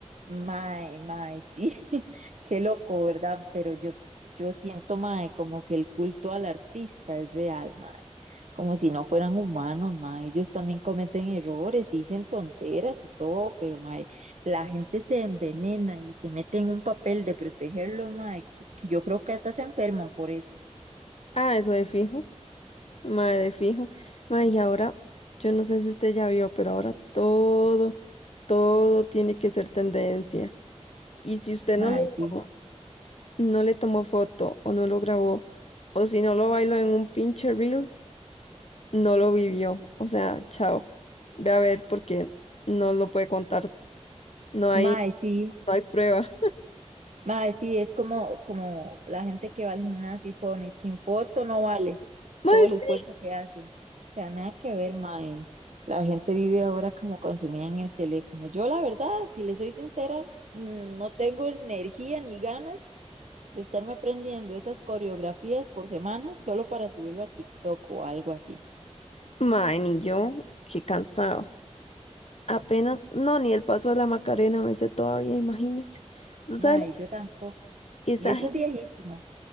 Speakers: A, on the right; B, on the left.
A: Mae, mae, sí, <laughs> qué loco, ¿verdad? Pero yo, yo siento, mae, como que el culto al artista es real, mae, como si no fueran humanos, mae, ellos también cometen errores y dicen tonteras y todo, pero, mae, la gente se envenena y se mete en un papel de protegerlos, mae, que, que yo creo que hasta se enferman por eso,
B: Ah, eso de fijo, mae de fijo. Mae, y ahora, yo no sé si usted ya vio, pero ahora todo, todo tiene que ser tendencia. Y si usted
A: mae,
B: no lo,
A: sí,
B: no le tomó foto o no lo grabó, o si no lo bailó en un pinche Reels, no lo vivió. O sea, chao. Ve a ver porque no lo puede contar. No hay,
A: mae, sí.
B: no hay prueba.
A: Mae, sí, es como, como la gente que va al gimnasio y pone sin foto no vale
B: <laughs> Mae,
A: todo el esfuerzo
B: sí.
A: que hace. O sea, nada que ver, mae. La gente vive ahora como consumida en el teléfono. Yo, la verdad, si le soy sincera, mm, no tengo energía ni ganas de estarme aprendiendo esas coreografías por semana solo para subirlo a TikTok o algo así.
B: Mae, ni yo, qué cansado. Apenas, no, ni el paso de la Macarena me sé todavía, imagínese. Usted
A: Mae,
B: sabe,
A: yo tampoco.
B: esa
A: Y eso
B: gente,
A: es viejísimo.